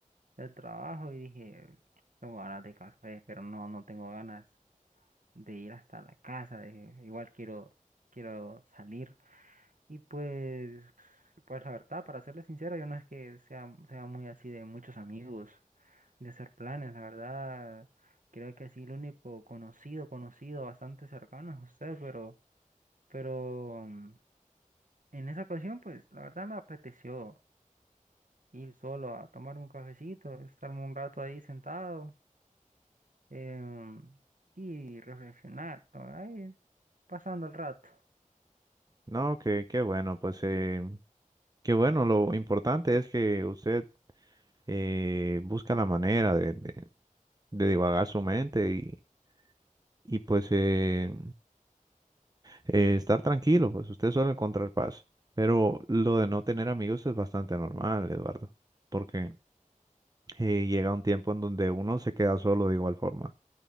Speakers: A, on the right; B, on the right.
A: del trabajo y dije, tengo ganas de café, pero no, no tengo ganas de ir hasta la casa, dije, igual quiero, quiero salir. Y pues, pues la verdad, para serles sincero, yo no es que sea, sea muy así de muchos amigos, de hacer planes, la verdad, creo que sí, el único conocido, conocido, bastante cercano es usted, pero, pero mm, en esa ocasión, pues la verdad me apeteció. Ir solo a tomarme un cafecito, estarme un rato ahí sentado em, y reflexionar, ¿no? Ahí, pasando el rato.
B: No, que qué bueno, pues eh, qué bueno. Lo importante es que usted eh, busca la manera de, de, de divagar su mente y, y pues eh, eh, estar tranquilo, pues usted suele encontrar paz. Pero lo de no tener amigos es bastante normal, Eduardo, porque eh, llega un tiempo en donde uno se queda solo de igual forma.